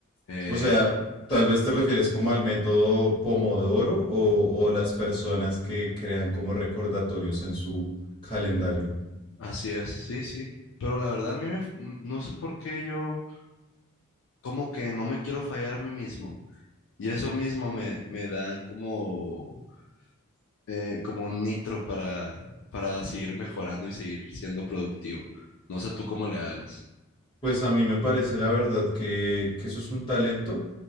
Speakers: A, on the left (about 65°); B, on the left (about 25°).
A: Eh,
B: O sea, tal vez te refieres como al método Pomodoro o, o las personas que crean como recordatorios en su calendario.
A: así es, sí, sí. Pero la verdad a mí me, f- no sé por qué yo como que no me quiero fallar a mí mismo. Y eso mismo me, me da como, eh, como un nitro para, para seguir mejorando y seguir siendo productivo. No sé tú cómo le hagas.
B: Pues a mí me parece la verdad que, que eso es un talento